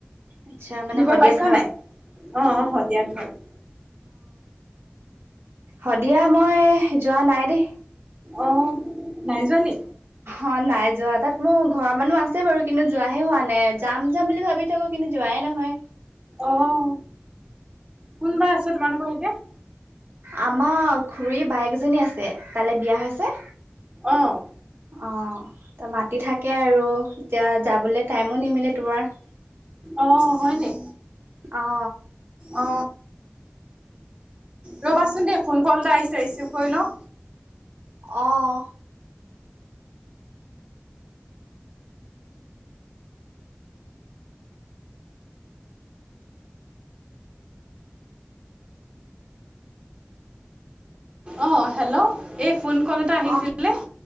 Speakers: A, on the right (about 70°); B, on the right (about 30°).
A: আচ্ছা
B: তুমি
A: মানে
B: ঘৰ
A: শদিয়াত
B: পাইছা নাই অ সদিয়া ঘৰ-
A: অ', দিয়াত মই যোৱা নাই দেই।
B: অ', নাই যোৱ নি?
A: অ নাই যোৱা, তাত মোৰ ঘৰৰ মানুহ আছে বাৰু কিন্তু যোৱাহে হোৱা নাই যাম যাম বুলি ভাবি থাকো কিন্তু যোৱা- নাই নহয়।
B: আহ, কোনবা আছে তোমালোকৰ এতিয়া-
A: আমাৰ খুৰী বায়েকজনী আছে তালে বিয়া হৈছে-
B: অ',
A: অ। ত মাতি থাকে আৰু এতিয়া যাবলে টাইমো নিমিলে তোমাৰ।
B: আহ হয় নি।
A: অ
B: অ ৰ'বাচোন দে ফোন কল এটা আহিছে ৰিচিভ কৰি ল-
A: আহ।
B: অ হেল্ল' এই ফোন কল এটা আহিছিলে-
A: অ